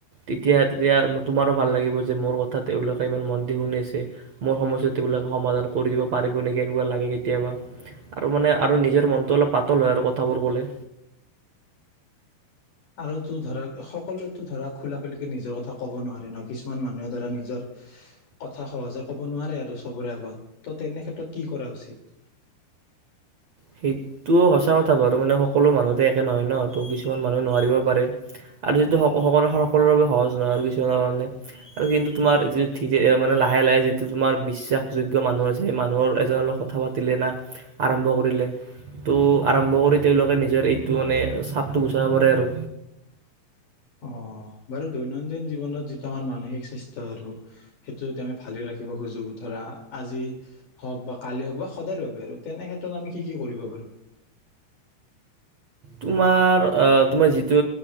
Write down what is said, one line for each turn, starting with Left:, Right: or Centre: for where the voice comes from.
Right: তেতিয়া তেতিয়া তোমাৰো ভাল লাগিব যে মোৰ কথা তেওঁলোকে ইমান মন দি শুনিছে মোৰ সমস্যা তেওঁলোকে সমাধান কৰি দিব পাৰিব নেকি এনেকুৱা লাগে কেতিয়াবা আৰু মানে আৰু নিজৰ মনটো অলপ পাতল হয় আৰু কথাবোৰ ক'লে
Left: আৰু তো ধৰক সকলোৱে তো ধৰক খোলা খুলিকে নিজৰ কথা কব নোৱাৰে ন কিছুমান মানুহে ধৰা নিজৰ কথা সহজে কব নোৱাৰে আৰু চবৰে আগত ত তেনে ক্ষেত্ৰত কি কৰা উচিত
Right: সেইটো সঁচা কথা বাৰু মানে সকলো মানুহতে একে নহয় ন ত কিছুমান মানুহে নোৱাৰিব পাৰে আৰু যিটো সকলোৰে বাবে সহজ নহয় আৰু কিছুমানৰ কাৰণে আৰু কিন্তু তোমাৰ যিটো লাহে লাহে যিটো তোমাৰ বিশ্বাসযোগ্য মানুহ আছে সেই মানুহ এজনৰ লগত কথা পাতিলে না আৰম্ভ কৰিলে- ত' আৰম্ভ কৰি তেওঁলোকে নিজৰ এইটো মানে চাপটো গুচাব পাৰে আৰু
Left: অ বাৰু দৈনন্দিন জীৱনত যিটো আমাৰ মানসিকসৃষ্ট আৰু সেইটো যদি আমি ভালে ৰাখিব খোজো ধৰা আজি হওক বা কালি হওক বা সদায় ৰৈব বাবে আৰু তেনে ক্ষেত্ৰত আমি কি কি কৰিব পাৰো?
Right: তোমাৰ আহ তোমাৰ যিটো